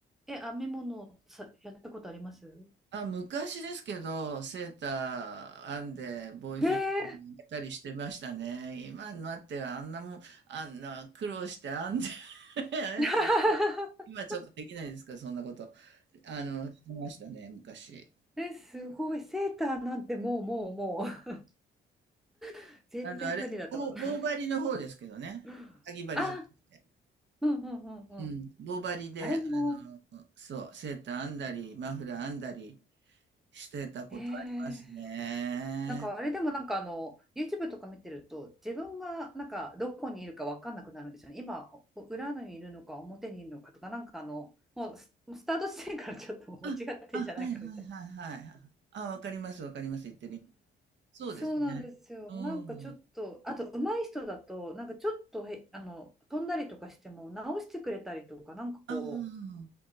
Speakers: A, in the centre; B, on the right.
A: え、編み物さ、やったことあります
B: あ、昔ですけど、セーター編んで、ボーイフレンドにあげたりしてましたね。
A: ええ
B: 今になってはあんなもん、あんな苦労して編んで <laughs>
A: ー <laughs>
B: 今ちょっとできないですか、そんなこと。あの、してましたね、昔。
A: え、すごい。セーターなんてもうもうもう。<laughs> 全然無理だと思います。
B: あの、あれ、棒、棒針の方ですけどね。
A: <gasps>
B: かぎ針じゃなくて。
A: あ、うんうんうんうん。
B: うん。棒針で、
A: あれも、
B: あの、そう、セーター編んだり、マフラー編んだりしてたことありますね。
A: ええーなんかあれでもなんかあの YouTube とか見てると自分がなんかどこにいるか分かんなくなるんですよね。今お裏にいるのか表にいるのかとかなんかあのもうスもうスタート地点からちょっともう間違ってんじゃないかみたいな。
B: あ、あ、はいはいはいはい。あ、わかりますわかります、言ってる意味。そうですね。
A: そうなんですよ。
B: うん。
A: なんかちょっとあと上手い人だとなんかちょっとへあの飛んだりとかしても直してくれたりとかなんかこう
B: あ